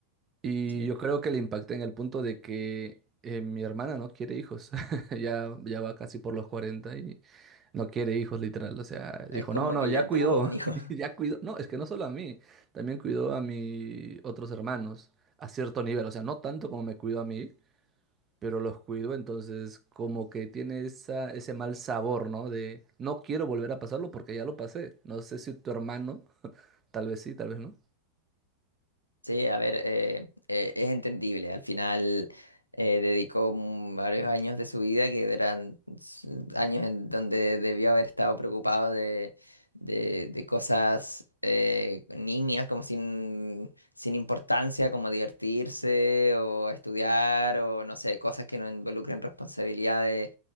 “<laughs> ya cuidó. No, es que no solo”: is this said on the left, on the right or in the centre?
Right